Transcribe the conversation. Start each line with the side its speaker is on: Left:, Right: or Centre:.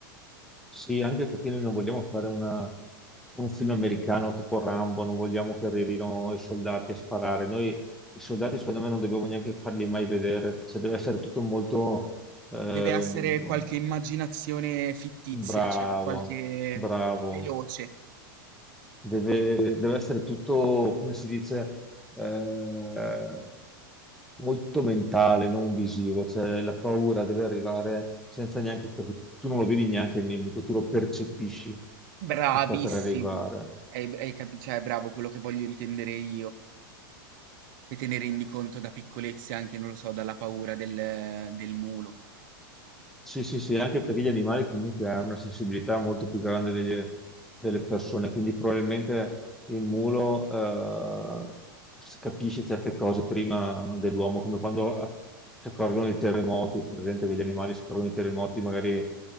Centre: Sì, anche perché noi non vogliamo fare una- un film americano tipo Rambo, non vogliamo che arrivino i soldati a sparare. Noi i soldati, secondo me, non dobbiamo neanche farli mai vedere, cioè deve essere tutto molto ehm,
Right: Deve essere qualche immaginazione fittizia,
Centre: bravo,
Right: cioè qualche
Centre: bravo.
Right: veloce.
Centre: deve, deve essere tutto, come si dice, eh, molto mentale, non visivo, cioè la paura deve arrivare senza neanche, perché tu non lo vedi neanche il nemico, tu lo percepisci
Right: Bravissimo.
Centre: che sta per arrivare.
Right: Hai, hai capi- cioè, è bravo quello che voglio intendere io. Che te ne rendi conto da piccolezze anche, non lo so, dalla paura del, del mulo.
Centre: Sì, sì, sì, anche perché gli animali comunque hanno una sensibilità molto più grande degli- delle persone, quindi probabilmente il mulo eh, s- capisce certe cose prima dell'uomo, come quando a- si accorgono dei terremoti, è presente che gli animali si accorgono dei terremoti magari